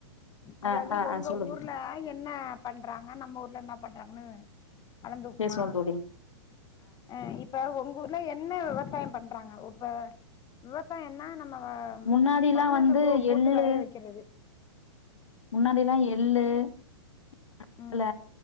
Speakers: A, on the left; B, on the left.
A: அதாவது
B: ஆ ஆ
A: ஒங்க
B: ஆ சொல்லுங்க
A: ஊர்ல என்ன பண் றாங்க நம்ம ஊர்ல என்ன பண்றாங்கன்னு கலந்துப்பமா
B: பேசுவோ தோழி
A: ஆ இப்ப உங்க ஊர்ல என்ன விவசாயோ பண் றாங்க இப்ப விவசாயன்னா ந ம்ம
B: முன்னாடில்லா
A: மண்ணுல
B: வந்து
A: போ போட்டு
B: எள்ளு
A: வெளைய வக்கிறது
B: முன்னாடில்லா எள்ளு <inaudible>
A: ம்
B: கல்ல